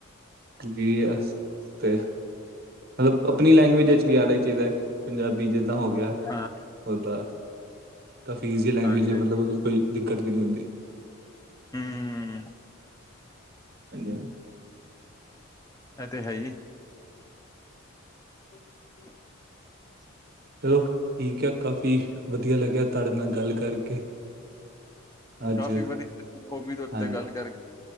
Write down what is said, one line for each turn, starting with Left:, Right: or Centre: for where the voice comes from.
Right: ਜੀ ਅਸਤੇ, ਮਤਲਬ ਆਪਣੀ ਲੈਂਗੁਏਜ ਵਿੱਚ ਵੀ ਆਣਾ ਹੀ ਚਾਹੀਦਾ ਪੰਜਾਬੀ ਜਿੱਦਾਂ ਹੋ ਗਿਆ
Left: ਹਾਂ
Right: ਓਦਾਂ, ਕਾਫੀ ਈਜ਼ੀਆ ਲੈਂਗੁਏਜ
Left: ਹਾਂਜੀ
Right: ਮਤਲਬ
Left: ਹੂੰ
Right: ਉਹਦੇ 'ਚ ਕੋਈ ਦਿੱਕਤ ਵੀ ਨਹੀਂ ਆਦੀ।
Left: ਹੂੰ-ਹੂੰ,
Right: ਹਾਂਜੀ-ਹਾਂਜੀ,
Left: ਇਹ ਤੇ ਹੈ ਹੀ, <unintelligible>
Right: ਚਲੋ ਠੀਕ ਹੈ ਕਾਫੀ ਵਧੀਆ ਲੱਗਿਆ ਤੁਹਾਡੇ ਨਾਲ ਗੱਲ ਕਰਕੇ ਅੱਜ
Left: ਕਾਫੀ ਵਧੀਆ <unintelligible> ਤੇ ਉੱਤੇ
Right: ਹਾਂਜੀ
Left: ਗੱਲ ਕਰਕੇ